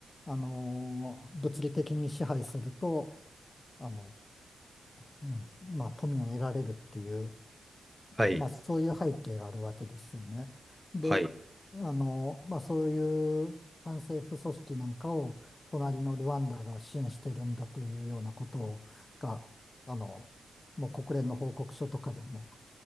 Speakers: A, on the left; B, in the centre.
A: あの、物理的に支配すると、あの、うん、まあ富を得られるっていう、
B: はい、
A: まあそういう背景があるわけですよね。で、
B: はい、
A: あの、まあそういう反政府組織なんかを隣のルワンダが支援してるんだというようなことをが、あの、もう国連の報告書とかでも